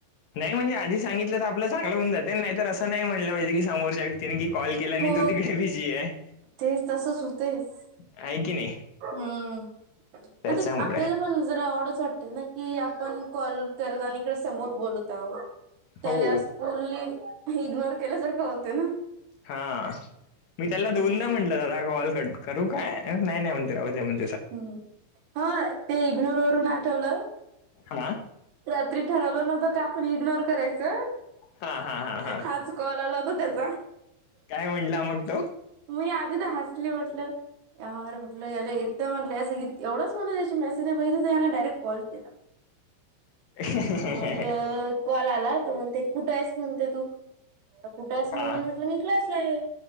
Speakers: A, on the left (about 55°); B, on the right (about 85°).
A: नाही म्हणजे आधी सांगितलं तर आपला चांगला होऊन जाते नाही तर असं नाही म्हटलं पाहिजे की समोरच्या व्यक्तीनी की कॉल केला आणि
B: हो
A: तू तिकडे बिजी आहे
B: तेच तसच होतेच
A: आहे की नाही
B: हम्म
A: त्याच्यामुळे
B: ते आपल्याला पण जरा वडच वाटत ना कि आपण कॉल करत आणि इकडे समोर बोलत त्याला
A: हो
B: फल्ली इग्नोर केल्यासारखं होते ना
A: हा मी त्याला दोनदा
B: हम्म
A: म्हंटलं दादा कॉल कर करू काय नाही नाही म्हणते राह द्या म्हण
B: ह् हा ते इग्नोर वून आठवलं
A: हाना
B: रात्री ठरवलं नव्हतं का आपण इग्नोर करायचं
A: हा हा हा हा
B: हाज कॉल आला होता दझ
A: काय म्हटला मग तो
B: मी आधी तर हसली म्हटलं यार म्हटलं याला एकदम म्हट एवढंच म्हटलं त्याची मेसेज नाही बघित तर याने डायरेक्ट कॉल केला <unintelligible>
A: ह
B: तर मग कॉल आला तो म्हणते कुठे आहेस म्हणते तू कुठे आहेस म्हणजे
A: हा
B: म्हटलं म कलासला आहे